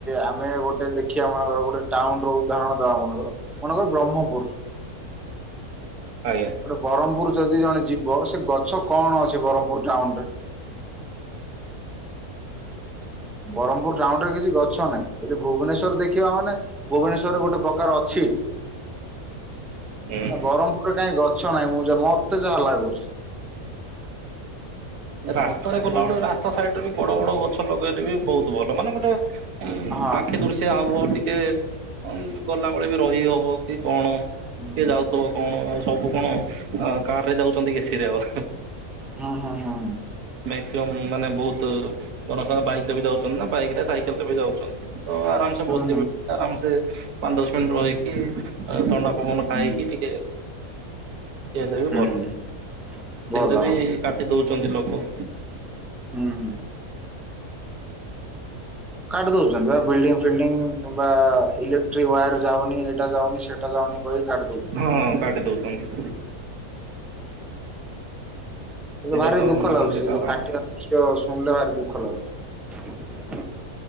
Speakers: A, in the centre; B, on the right (about 80°).
A: ଆମେ ଗୋଟେ ଦେଖିବା ମାନେଙ୍କର ଗୋଟେ ଟାଉନ ରହୁଛ ଉଦାହରଣ ଦବା ମେଙ୍କର ମନେକର ବ୍ରହ୍ମପୁର
B: ଆଜ୍ଞା।
A: ଗୋଟେ ବ୍ରହ୍ମପୁର ଯଦି ଜଣେ ଯିବ ସେ ଗଛ କଣ ଅଛି ବ୍ରହ୍ମପୁର ଟାଉନ ରେ ବ୍ରହ୍ମପୁର ଟାଉନ ରେ କିଛି ଗଛ ନାହିଁ ଯଦି ଭୁବନେଶ୍ୱର ଦେଖିବା ମାନେ ଭୁବନେଶ୍ୱରରେ ଗୋଟେ ପ୍ରକାର ଅଛି
B: ହୁଁ
A: ନା ବ୍ରହ୍ମପୁର ଗୋଟେ କାହିଁ ଗଛ ନାହିଁ ମୁଁ ଯ ମତେ ଯାହା ଲାଗୁଛି।
B: ରାସ୍ତାରେ
A: ମୋ
B: ଗଲାବେଳେ
A: ହଁ
B: ରାସ୍ତା ସାଇଡରେ ବି ବଡ ବଡ ଗଛ ଲଗେଇଲେ ବି ବହୁତ ଭଲ ମାନେ ଗୋଟେ
A: ହୁଁ
B: ଆଖି ଦୁର୍ସିଆ ହବ ଟିକେ ହ ଗଲାବେଳେ ବି ରହି ହବ କି କଣ
A: ହୁଁ
B: କିଏ ଯାଉଥିବ କଣ ଆଉ ସବୁ କଣ କାର ରେ ଯାଉଛନ୍ତି କେସିିରେ ଆଉ
A: ହଁ ହଁ ହଁ।
B: ମାକ୍ସିମମ୍ ମାନେ ବହୁତ ର ବାଇକ ରେ ବି ଯାଉଛନ୍ତି ନା ବାଇକରେ ସାଇକେଲ ରେ ବି ଯାଉଛନ୍ତି ତ ଆରାମସେ ବସିବେ
A: ହୁଁ
B: ଆରାମସେ ପାଞ୍ଚ ଦଶ ମିନିଟ ରହିକି ଥଣ୍ଡା ପବନ ଖାଇକି
A: ହୁଁ
B: ଟିକେ ସେଟା ବି ଭଲ
A: ହୁଁ ଭଲ
B: ସେଇଟା ବି
A: ହଁ
B: କାଟି ଦଉଛନ୍ତି ଲୋକ
A: ହୁଁ ହୁଁ। କାଟି ଦଉଛନ୍ତି ବା ବିଲ୍ଡିଂ ଫିଲ୍ଡିଂ କିମ୍ବା ଇଲେକ୍ଟ୍ରିକ ୱାୟାର ଯାଉନି ଏଇଟ ଯାଉନି ସେଟା କହି କାଟୁ
B: ହଁ କାଟି ଦଉଛନ୍ତି। ସେଇଟା
A: ଭାରି
B: ତ
A: ଦୁଃଖ ଲାଗୁଛି
B: ଇଏ ତାର
A: ଯୋଉ କାଟିବା ଶୁଣିଲେ ଭାରି ଦୁଃଖ ଲାଗୁଛି।